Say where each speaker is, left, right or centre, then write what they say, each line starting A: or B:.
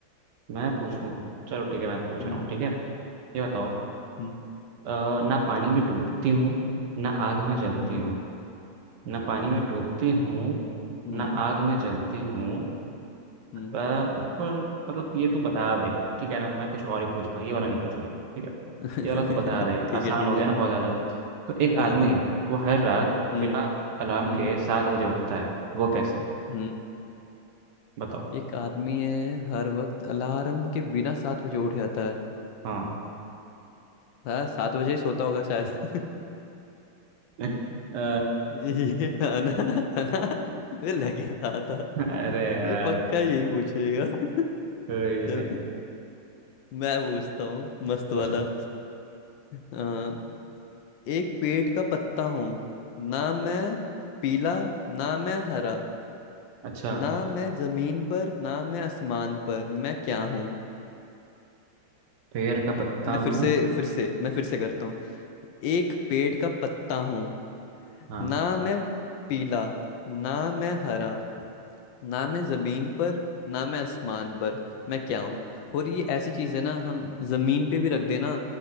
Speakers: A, on the right; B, on the left.
A: मैं पूछूं चलो ठीक है मैं पूछ
B: हम्म
A: रहा हूँ ठीक है ये बताओ
B: हम्म
A: अ, ना पानी में डूबती हूँ ना आग में जलती
B: हम्म
A: हूँ ना पानी
B: हम्म
A: में डूबती हूँ
B: हम्म
A: ना आग में जलती हूँ अ,
B: हम्म,
A: पर मतलब ये तू बता देगा ठीक है ना मैं कुछ और ही पूछूंगा ये वाला नहीं
B: हम्म।
A: पूछूंगा ठीक है
B: <laughs>
A: ये वाला तू बता देगा
B: ठीक
A: आसान
B: है ठीक
A: हो गया
B: है
A: ना बहुत ज्यादा तो एक
B: हाँ
A: आदमी है वो हर रात
B: हम्म
A: बिना अलार्म
B: हम्म
A: के सात बजे उठता है वो कैसे
B: हम्म
A: बताओ
B: एक आदमी है हर वक्त अलार्म के बिना सात बजे उठ जाता है
A: हाँ
B: हाँ सात बजे ही सोता होगा शायद <laughs>
A: <laughs> अ,
B: ये है ना है ना मुझे लग ही रहा था
A: अरे यार
B: ये पक्का यही पूछेगा <laughs>
A: कोई
B: चल
A: नहीं
B: मैं पूछता हूँ मस्त
A: पूछो
B: वाला अ, एक पेड़ का पत्ता हूँ ना मैं पीला ना मैं हरा
A: अच्छा
B: ना मैं जमीन पर ना मैं आसमान पर मैं क्या हूँ
A: पेड़ का पत्ता
B: मैं फिर
A: हूँ
B: से फिर से मैं फिर से करता हूँ एक पेड़ का पत्ता हूँ
A: हाँ
B: ना मैं पीला ना मैं हरा ना मैं जमीन पर ना मैं आसमान पर मैं क्या हूँ और ये ऐसी चीज है ना हम जमीन पे भी रख देना